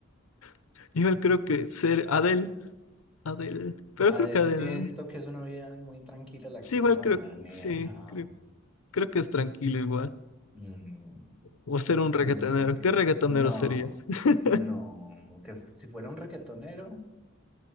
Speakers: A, on the left; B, in the centre.
A: <laughs> Yo creo que ser Adele Adele. Pero
B: Adel,
A: creo que Adele.
B: siento que es una vida muy tranquila la
A: Sí,
B: que
A: igual
B: ella maneja.
A: creo. Sí, creo, creo que es tranquilo igual.
B: Mm,
A: O ser un reggaetonero.
B: es muy tranquila.
A: ¿Qué reggaetonero
B: No,
A: serías? <laughs>
B: no, que si fuera un reggaetonero,